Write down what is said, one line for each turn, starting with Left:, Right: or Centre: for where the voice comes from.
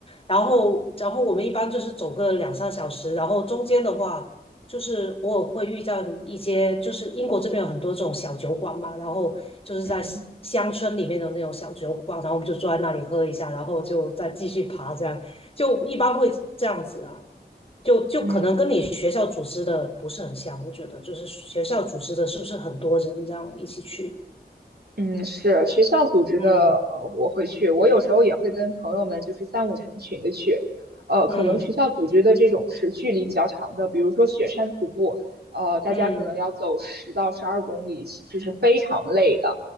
Left: 然后，然后我们一般就是走个两三小时，然后中间的话，就是偶尔会遇到一些，就是英国这边有很多这种小酒馆嘛，然后就是在乡乡村里面的那种小酒馆，
Right: 嗯
Left: 然后我们就坐在那里喝一下，然后就再继续爬，这样就一般会这样子啊，就就可能跟你学校组织的不是很像，
Right: 嗯，
Left: 我觉得就是学校组织的是不是很多人这样一起去？
Right: 嗯，是学校组织的，
Left: 嗯
Right: 呃，我会去，我有时候也会跟朋友们就是三五成群的去，呃，
Left: 嗯
Right: 可能学嗯校组织的这种是距离比较长的，比如说雪山徒步，呃，大家可能要走十到十二公里，
Left: 嗯
Right: 其实是非常累的，